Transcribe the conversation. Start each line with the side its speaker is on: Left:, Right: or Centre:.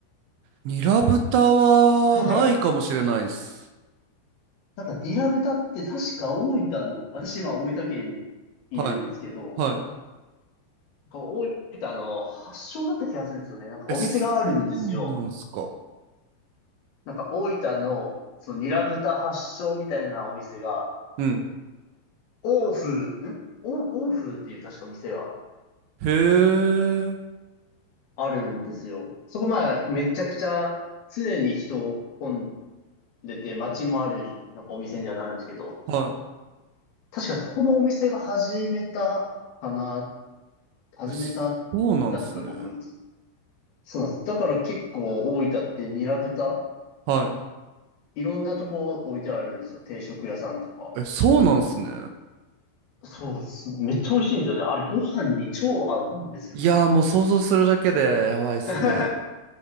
Right: い。ニラ豚はないかもしれないっす。
Left: はい。なんか、ニラ豚って確か大分の、私今大分県いるんですけど、
Right: はいはい。
Left: なんか大分の発祥だった気がするんですよね。なんかお店があるんですよ。
Right: え、そうなんすか。
Left: なんか大分の、そう、ニラ豚発祥みたいなお店が、
Right: うん。
Left: 欧風、ん欧欧風っていう確か店は
Right: へえ、
Left: あるんですよ。そこまあ、めちゃくちゃ常に人混んでて、街もある、なんかお店にはなるんですけど、
Right: は
Left: 確かそこのお店が始めたかな、始めた
Right: い。え、そうなんすね。
Left: だったと思います。そうなんです。だから結構大分ってニラ豚、
Right: は
Left: いろんなとこ置いてあるんですよ。定食屋さんとか。
Right: い。え、そうなんすね。
Left: そうっす。めっちゃ美味しいんですよね。あれ、ご飯に超合うんですよ。
Right: いやーもう想像するだけでやばいっすね。
Left: <laughs>